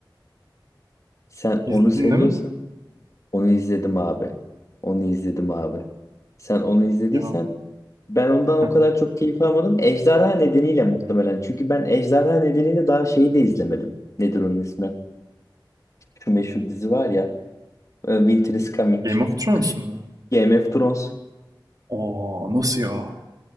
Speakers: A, on the left; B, on the right.
A: Sen
B: İzledin
A: onu seviyorsan
B: değil mi?
A: onu izledim abi. Onu izledim abi. Sen onu izlediysen
B: Ya
A: ben ondan o
B: heh.
A: kadar çok keyif almadım. Ejderha nedeniyle muhtemelen. Çünkü ben Ejderha nedeniyle daha şeyi de izlemedim. Nedir onun ismi? Şu meşhur dizi var ya. e, Winter is Coming.
B: Game of Thrones
A: Kış.
B: mu?
A: Game of Thrones.
B: Oo nasıl ya?